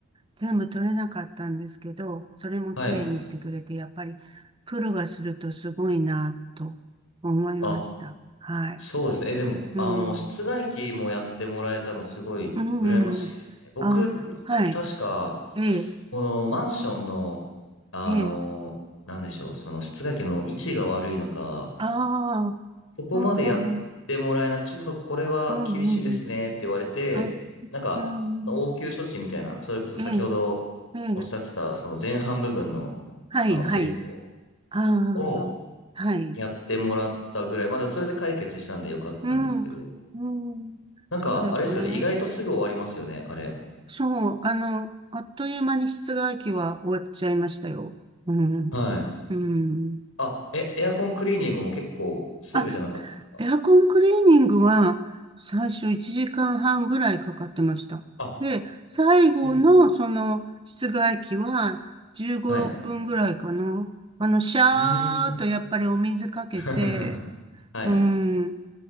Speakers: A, on the right; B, on the left.
A: 全部取れなかったんですけど、それも綺麗にしてくれて、
B: はい。
A: やっぱりプロがするとすごいなと思いました。
B: あ、
A: はい。
B: そうですね。え、でも、
A: うん。
B: あの、室外機もやってもらえたの、すごい、
A: うん、
B: 羨ましいですね。
A: うん。
B: 僕の時、
A: あ、はい。
B: 確か、
A: ええ、
B: このマンションの、あの、
A: ええ。
B: なんでしょう、その室外機の位置が悪いのか、
A: ああ、
B: そこまでやってもらえなく、
A: うん、うん、うん、
B: ちょっとこれは厳しいですねって言われて、
A: うん。うんあ、
B: なんか、
A: うん。
B: 応急処置みたいな、それこそ先ほど
A: ええ、ええ。
B: おっしゃってた、その前半部分の、
A: はい、
B: あの、
A: はい。
B: 清掃
A: ああ、
B: を
A: はい。
B: やってもらったぐらい、まあでもそれで解決したんでよかったんですけど、
A: うん、うん、
B: なんか、
A: そうですね。
B: あれですよね、意外とすぐ終わりますよね、あれ。
A: そう、あの、あっという間に室外機は終わっちゃいましたよ。うん、
B: はい。
A: うん。
B: あ、え、エアコンクリーニングも結構すぐじゃなかったですか
A: あ、エアコンクリーニングは最初1時間半ぐらいかかってました。
B: あ、
A: で、最後のその室外機は15、
B: 時間はい。
A: 6分ぐらいかな。あの、シャ
B: うー
A: ーっとやっぱりお水かけて、
B: ん。<laughs> はい。
A: うん、